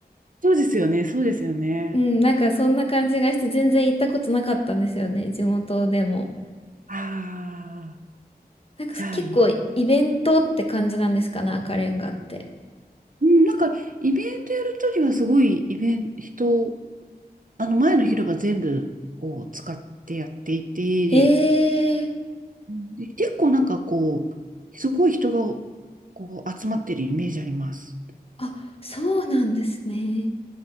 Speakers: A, on the right (about 55°); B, on the left (about 35°).
A: そうですよね、そうですよね。
B: うん、なんかそんな感じがして全然行ったことなかったんですよね、地元でも。
A: ああ、
B: なんか結構イベントって感じなんですかね、
A: じゃあいい。
B: 赤レンガって。
A: うん、なんか、イベントやるときはすごいイベント、人あの前の広場全部こう使ってやっていて、
B: へえ、
A: うんで結構なんかこう、すごい人がこう集まってるイメージあります。
B: あ、そうなんですね。